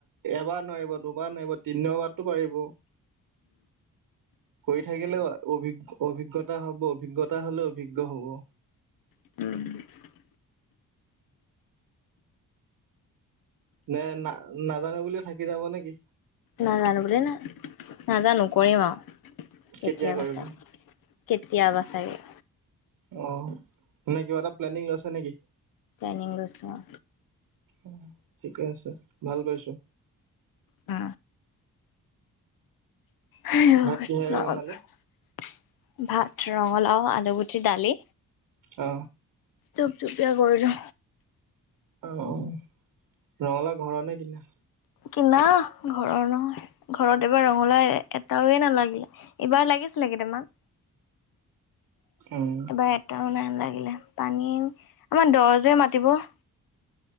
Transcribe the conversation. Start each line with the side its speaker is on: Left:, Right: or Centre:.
Right: এবাৰ নোৱাৰিব, দুবাৰ নোৱাৰিব, তিনি বাৰততো পাৰিব কৰি থাকিলেও অভি অভিজ্ঞতা হ'ব অভিজ্ঞতা হ'লেও অভিজ্ঞতা হ'ব
Left: <unintelligible>
Right: নে না নাজানো বুলি থাকি যাব নেকি
Left: জনানো বুলি না নাজানো কৰিম আঅ কেতিয়াবা
Right: কেতিয়া কৰিব
Left: চাই কেতিয়াবা চাগে
Right: অ মানে কিবা এটা প্লেনিং লৈছা নেকি?
Left: অ লৈছোঁ অ
Right: অ ঠিকে আছে ভাল পাইছো
Left: আ হাইও
Right: ভাত
Left: কৃষ্ণ
Right: কিহেৰে
Left: ভাত
Right: বনালে?
Left: ৰঙালাও, আলুগুটি, দালি
Right: অ।
Left: থুপথুপীয়া কৰিলো।
Right: অ। ৰঙালাউ ঘৰৰ নে কিনা?
Left: কিনা ঘৰৰ নহয়। ঘৰত এইবাৰ ৰঙলাউ এটাওৱে নালাগিলে, ইবাৰ লাগিছিলে কেইটামান। <inaudible>
Right: উম
Left: এইবাৰ এটাও নালাগিলে পানী আমাৰ দ যে মাটিবোৰ।